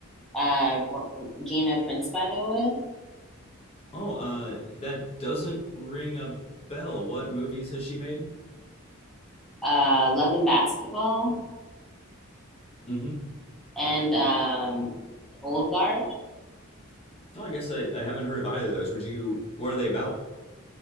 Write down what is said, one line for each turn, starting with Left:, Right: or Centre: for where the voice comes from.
Centre: uh, Gina Prince, by the way,
Left: Oh, uh, that doesn't ring a bell. What movies has she made?
Centre: uh, Love and Basketball,
Left: hmm
Centre: and um, Old Guard.
Left: Oh, I guess I, I haven't heard of either of those. Would you? What are they about?